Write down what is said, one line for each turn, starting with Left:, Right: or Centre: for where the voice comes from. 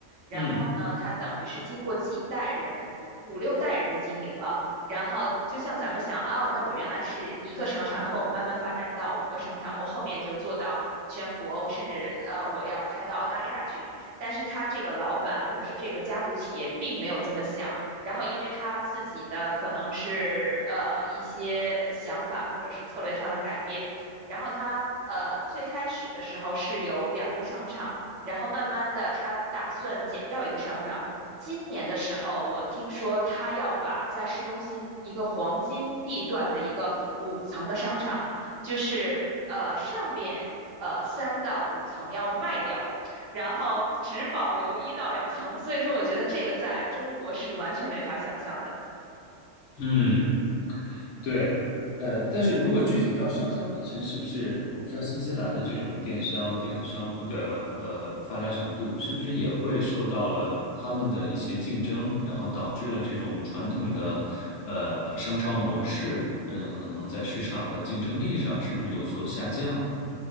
Right: 然后呢，
Left: 嗯
Right: 它等于是经过几代人。五六代人的经营了，然后就像咱们想，哦，那我原来是一个商场，那么我慢慢发展到五个商场，我后面就做到全国，我甚至呃我要开到澳大利亚去。但是他这个老板或者是这个家族企业并没有这么想，然后因为他自己的可能是呃一些想法或者是策略上的改变，然后他呃最开始的时候是有两个商场，然后慢慢的他打算减掉一个商场。今年的时候，我听说他要把在市中心一个黄金地段的一个五层的商场，就是呃上边呃三到五层要卖掉。然后只保留一到两层。所以说，我觉得这个在中国是完全没法想象的。
Left: 嗯。对，呃，但是如果具体到商场本身，是不是我不知道新西兰的这种电商、电子商务的呃发达程度，是不是也会受到了他们的一些竞争，然后导致了这种传统的呃商超模式，嗯、可能在市场的竞争力上是不是有所下降？